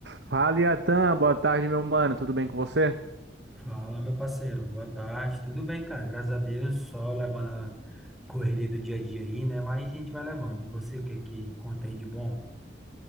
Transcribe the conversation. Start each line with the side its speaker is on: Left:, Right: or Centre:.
Right: Fala, Iatan, boa tarde, meu mano. Tudo bem com você?
Centre: Fala, meu parceiro. Boa tarde. Tudo bem, cara? Graças a Deus, só levando a correria do dia a dia aí, né? Mas a gente vai levando. E você, o que que conta aí de bom?